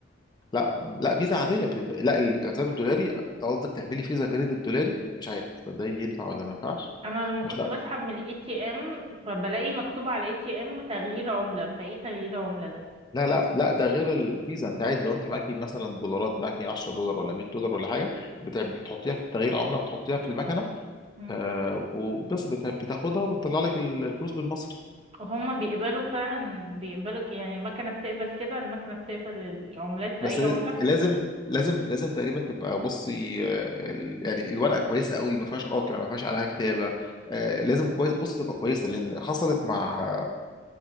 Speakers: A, on the left; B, on the right.
A: لا لا فيزا عاديه بتبقى لا الحساب الدولاري أنت قصدك تعملي فيزا كريدت دولاري مش عارف ده ينفع ولا ما ينفعش
B: انا لما
A: مش
B: كنت بسحب من الاي تي ام فبلاقي مكتوب على الاي تي ام تغيير عملة فايه تغيير عملة ده
A: لا لا لا ده غير الفيزا انت عادي لو انت معاكي مثلا دولارات معاكي 10 دولار ولا 100 دولار ولا حاجه بت- بتحطيها في تغيير عمله بتحطيها في المكنه
B: مم.
A: آه وبس بت- بتاخدها وبتطلع لك ال- الفلوس بالمصري
B: وهما بيقبلوا فعلا بيقبلوا ك- يعني المكنة بتقبل كده المكنة بتقبل العملات
A: بس
B: اي
A: لاز-
B: عملة
A: لازم لازم لازم تقريبا تبقى بصي آه، ال- يعني الورقه كويسه قوي ما فيهاش قاطع ما فيهاش عليها كتابه آه لازم كويس بص تبقى كويسه لان حصلت مع